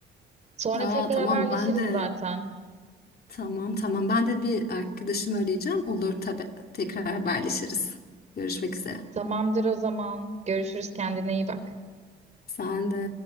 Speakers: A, on the right; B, on the left.
A: Sonra
B: Aa
A: tekrar
B: tamam
A: haberleşiriz
B: ben de
A: zaten.
B: tamam tamam ben de bir arkadaşımı arayacağım. Olur tabii. Tekrar haberleşiriz. Görüşmek üzere.
A: Tamamdır o zaman. Görüşürüz kendine iyi bak.
B: Sen de